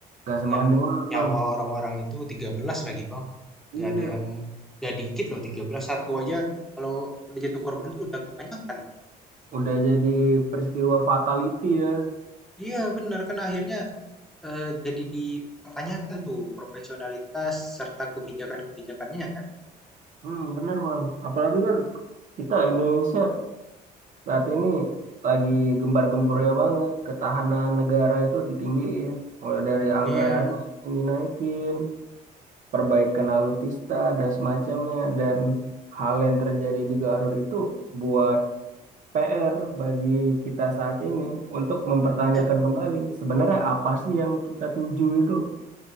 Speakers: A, on the right; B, in the centre.
A: Gak
B: dengan
A: sebanding banget
B: nyawa
A: bang.
B: orang-orang itu tiga belas lagi bang
A: Iya,
B: nggak ada yang nggak dikit loh tiga belas satu aja kalau udah jatuh korban tuh udah kebanyakan malah
A: udah jadi peristiwa fatality ya.
B: iya benar kan akhirnya eh, jadi dipertanyakan tuh profesionalitas serta kebijakan-kebijakannya kan
A: Hmm, bener bang. Apalagi kan kita Indonesia saat ini lagi gembar-gembornya banget. Ketahanan negara itu ditinggiin. Mulai dari anggarannya
B: iya
A: yang dinaikin, perbaikan alutsista dan semacamnya. Dan hal yang terjadi di Garut itu buat PR bagi kita saat ini untuk mempertanyakan
B: iya
A: kembali sebenarnya apa sih yang kita tuju itu